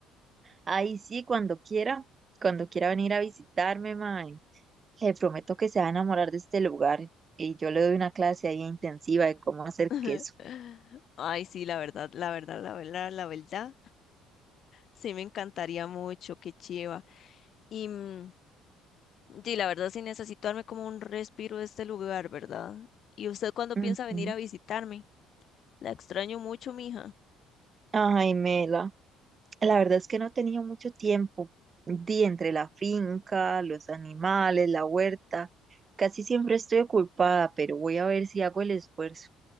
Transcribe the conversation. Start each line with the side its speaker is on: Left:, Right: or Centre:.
Right: Ay, sí, cuando quiera, cuando quiera venir a visitarme, ma, le prometo que se va a enamorar de este lugar. Y yo le doy una clase ahí intensiva de cómo hacer
Left: <laughs>
Right: queso.
Left: Ay, sí, la verdad, la verdad, la verdad, la verdad. Sí, me encantaría mucho, qué chiva. Y mm, sí, la verdad, sí necesito darme como un respiro de este lugar, ¿verdad? ¿Y usted cuándo
Right: Ujú.
Left: piensa venir a visitarme? La extraño mucho, mija.
Right: Ay, Mela, la verdad es que no tenía mucho tiempo. Di entre la finca, los animales, la huerta. Casi siempre estoy ocupada, pero voy a ver si hago el esfuerzo.